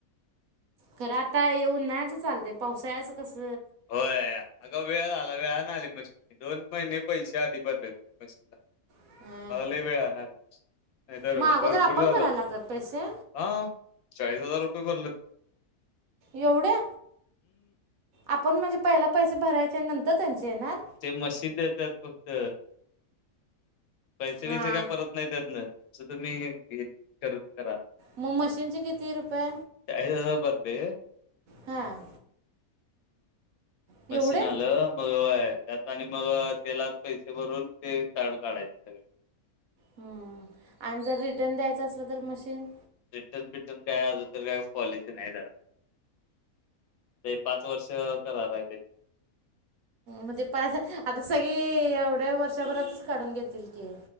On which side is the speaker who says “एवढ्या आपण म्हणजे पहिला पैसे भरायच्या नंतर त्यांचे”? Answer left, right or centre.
Right